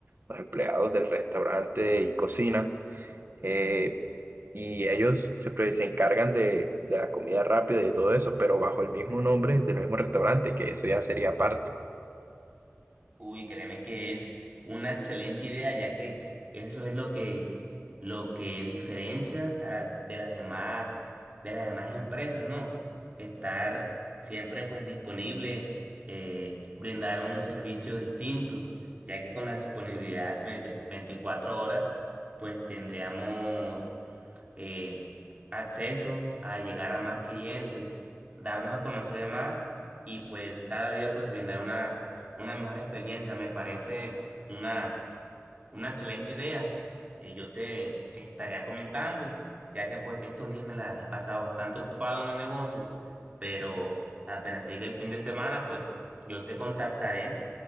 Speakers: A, on the right; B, on the right.
A: los empleados del restaurante y cocina. eh, y ellos se, pre- se encargan de, de la comida rápida y de todo eso, pero bajo el mismo nombre del mismo restaurante, que eso ya sería parte.
B: Uy, créeme que es una excelente idea, ya que eso es lo que, lo que diferencia a la- de las demás, de las demás empresas, ¿no? Estar siempre pues disponible, eh, brindar un servicio distinto, ya que con la disponibilidad de de 24 horas, pues tendríamos eh, acceso a llegar a más clientes, darnos a conocer más y pues cada día pues brindar una, una mejor experiencia. Me parece una, una excelente idea. Eh, yo te estaría comentando, ya que pues estos días me las he pasado bastante ocupado en el negocio, pero apenas llegue el fin de semana pues yo te contactaré,